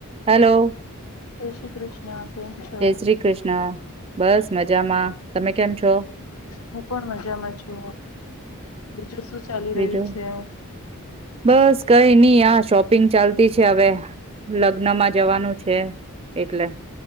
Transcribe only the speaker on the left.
જય શ્રી કૃષ્ણ. કેમ છો
હું પણ મજામાં છુ. બીજું શું ચાલી
રહ્યું છે?